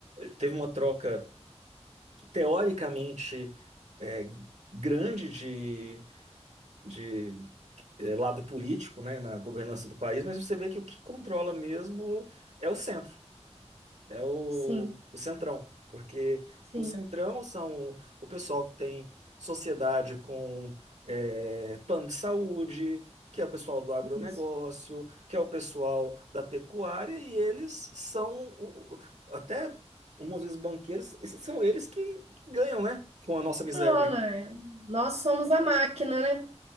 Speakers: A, on the right (about 85°); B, on the right (about 65°).
A: teve uma troca teoricamente é, grande de, de é, lado político, né, na governança do país, mas você vê que o que controla mesmo é o centro. É o,
B: sim,
A: o Centrão, porque
B: sim,
A: o Centrão são o pessoal que tem sociedade com eh, plano de saúde, que é o pessoal do agronegócio,
B: isso.
A: que é o pessoal da pecuária, e eles são o- o- até algumas vezes banqueiros, esses são eles que ganham, né? Com a nossa miséria.
B: Olha, é, nós somos a máquina, né?